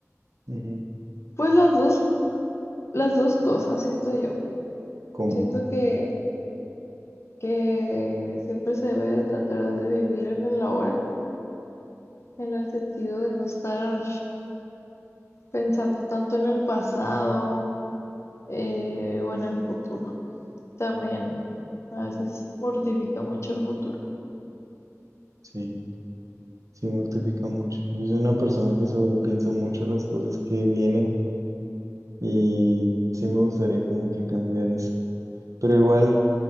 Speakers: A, on the right; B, on the left.
A: Ujú.
B: Pues las dos, las dos cosas, siento yo.
A: ¿Cómo?
B: Siento que, que siempre se debe de tratar de vivir en el ahora, en el sentido de no estar pensando tanto en el pasado eh, o en el futuro. También a veces mortifica mucho el futuro.
A: Sí. Sí, mortifica mucho. Yo soy una persona que sobrepiensa mucho las cosas que vienen y sí me gustaría como que cambiar eso. Pero igual,